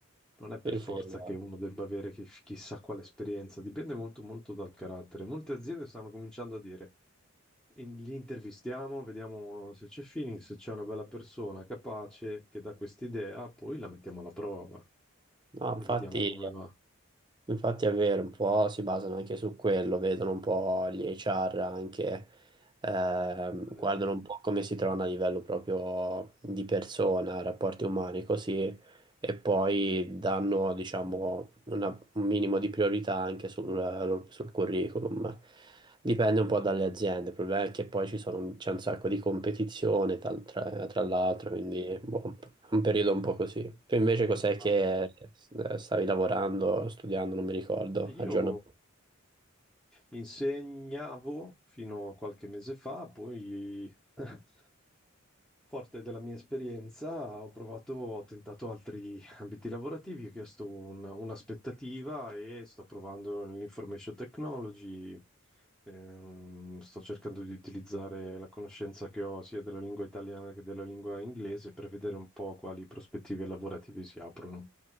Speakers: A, in the centre; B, on the right.
A: non è per
B: Sì,
A: forza
B: sì, no,
A: che uno debba avere chi- chissà quale esperienza, dipende molto molto dal carattere. Molte aziende stanno cominciando a dire, in- li intervistiamo, vediamo se c'è feeling, se c'è una bella persona capace che dà quest'idea, poi la mettiamo alla prova
B: No, infatti...
A: e vediamo come va.
B: Infatti è vero, un po' si basano anche su quello, vedono un po' gli HR anche, ehm,
A: Eh,
B: guardano un po' come si trovano a livello proprio di persona, rapporti umani, così, e poi danno, diciamo, una- un minimo di priorità anche sul, sul curriculum. Dipende un po' dalle aziende, il problema è che poi ci sono, c'è un sacco di competizione tal- tra, tra l'altro,
A: mhmm,
B: quindi boh, un periodo un po' così. Tu invece cos'è che
A: ah,
B: eh, stavi lavorando, studiando, non mi ricordo,
A: io...
B: aggiorno.
A: Insegnavo fino a qualche mese fa, poi, <laughs> forte della mia esperienza, ho provato, ho tentato altri ambiti lavorativi, ho chiesto un- un'aspettativa e sto provando l'information technology. Ehm, sto cercando di utilizzare la conoscenza che ho sia della lingua italiana che della lingua inglese per vedere un po' quali prospettive lavorative si aprono.